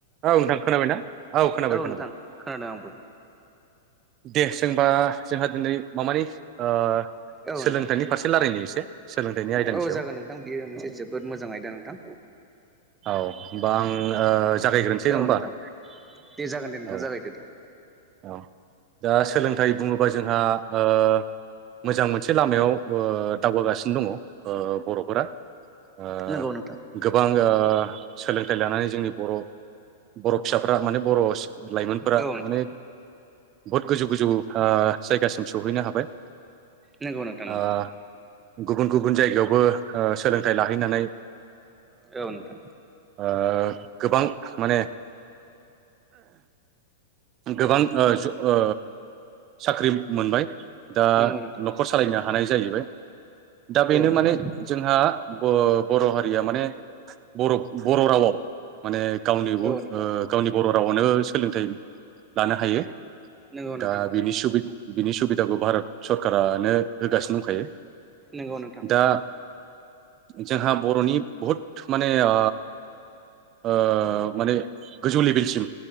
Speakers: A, on the right (about 35°); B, on the right (about 15°).
A: औ नोंथां खोनाबायना औ खोनाबाय खोनाबाय
B: नोंथां खोनादों आंबो
A: दे जोंबा जोंहा दिनै मामानि ओ
B: औ
A: सोलोंथाइनि
B: नोंथां
A: फारसे लारायनो एसे सोलोंथाइनि आयदानि
B: औ
A: सायाव
B: जागोन नोंथां बियो मोनसे जोबोद मोजां आयदा नोंथां
A: औ होमबा आं ओ जागायग्रोनोसै नङा
B: औ
A: होमबा
B: नोंथां दे जागोन दे नोंथां
A: औ
B: जागायदो दे
A: औ दा सोलोंथाइ बुङोबा जोंहा ओ मोजां मोनसे लामायाव ओ दावगा गासिनो दङ बर'फोरा। ओ
B: नंगौ नोंथां
A: गोबां ओ सोलोंथाइ लानानै जोंनि बर' बर' फिसाफ्रा माने बर' लाइमोनफोरा
B: औ नोंथां
A: माने बुहुत गोजौ गोजौ ओ जायगासिम सौहैनो हाबाय
B: नोंगौ नोंगौ
A: ओ गुबुन गुबुन जायगायावबो ओ सोलोंथाइ लाहैनानै
B: औ नोंथां
A: ओ गोबां माने गोबां ओ जु ओ साख्रि मोनबाय। दा
B: नंगौ
A: न'खर
B: नोंथां
A: सालायनो हानाय जाहैबाय। दा बेनो
B: औ नोंथां
A: माने जोंहा ब-बर' हारिया माने बर' बर' रावआव माने गावनिबो
B: औ नोंथां
A: गावनि बर' रावनो सोलोंथाइ लानो हायो
B: नंगौ नोंथां
A: दा बेनि सुबि बिनि सुबिदाखौ भारत सरकारानो होगासिनो दंखायो।
B: नंगौ नोंथां।
A: दा जोंहा बर'नि बहुद माने ओ ओ माने गोजौ लेभेलसिम